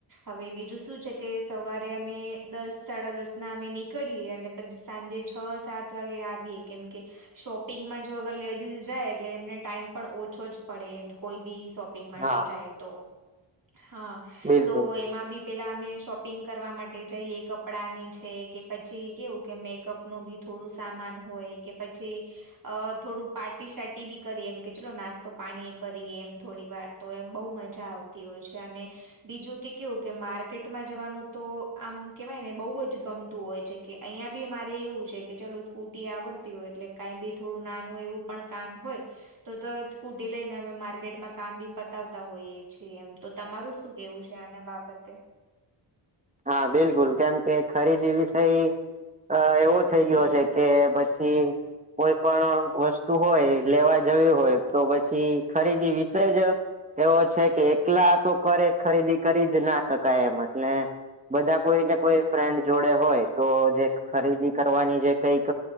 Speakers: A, on the right (about 40°); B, on the right (about 15°).
A: હવે બીજું શું છે કે સવારે અમે દસ સાડા દસ ના અમે નીકળીએ અને પછી સાંજે છ સાત વાગે આવીએ કેમ કે શોપિંગમાં જો અગર લેડીઝ જાય એટલે એમને ટાઈમ પણ ઓછો જ પડે એમ કોઈ બી શોપ પીગ માટે
B: હા
A: જાય તો હા
B: બિલકુલ
A: તો એમાં બી પૅલા અમે શોપિંગ કરવા માટે જઈએ કપડાં ની છે કે પછી કેવું કે મેકઅપનું બી થોડું સામાન હોય કે પછી અ થોડું પાર્ટી સાર્ટી બી કરીએ એમ કે ચલો નાસ્તો પાણી એ કરીએ એમ થોડી વાર તો એમ બહુ મજા આવતી હોય છે અને બીજું કે કેવું કે માર્કેટમાં જવાનું તો આમ કેવાય ને બઉ જ ગમતું હોય છે કે અહિયા બી મારે એવું છે કે ચલો સ્કૂટી આવડતી હોય એટલે કાંઈ બી થોડું નાનું એવું પણ કામ હોય તો તરત સ્કૂટી લઈને અમે માર્કેટમાં કામ બી પતાવતા હોઈએ છીએ એમ તો તમારું શું કેવું છે આના બાબતે
B: હા બિલકુલ કેમ કે ખરીદી વિષય અ એવો થઈ ગયો છે કે પછી કોઈ પણ વસ્તુ હોય લેવા જવી હોય તો પછી ખરીદી વિશે જ એવો છે કે એકલા તો કરે ખરીદી કરી જ ના શકાય એમ એટલે બધા કોઈ ને કોઈ ફ્રેન્ડ જોડે હોય તો જે ખરીદી કરવાની જે કઈક